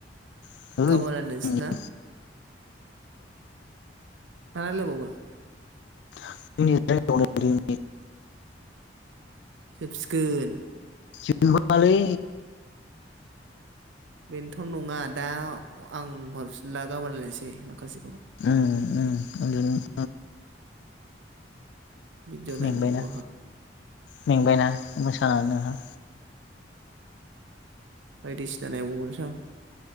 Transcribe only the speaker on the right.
गाबोन रायलायसैना <unintelligible>
सोबसिगोन
बेनोथ' नङा दा आं हरफिनला गाबोन लायनोसै माखासेखौ
भिडिअ नायनांगौ
आंहा
बायदिसिना नायबावगोनसो आं